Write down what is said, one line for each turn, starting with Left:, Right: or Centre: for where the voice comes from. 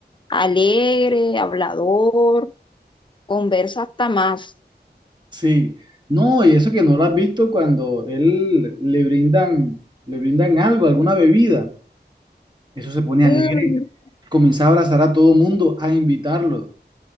Left: alegre, hablador, conversa hasta más.
Right: Sí. No, y eso que no lo has visto cuando él le brindan, le brindan algo, alguna bebida. Eso se pone
Left: <laughs>
Right: alegre. Comienza a abrazar a todo mundo, a invitarlo.